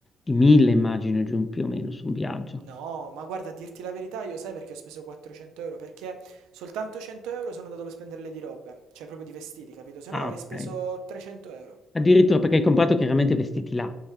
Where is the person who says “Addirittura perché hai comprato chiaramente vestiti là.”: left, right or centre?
Left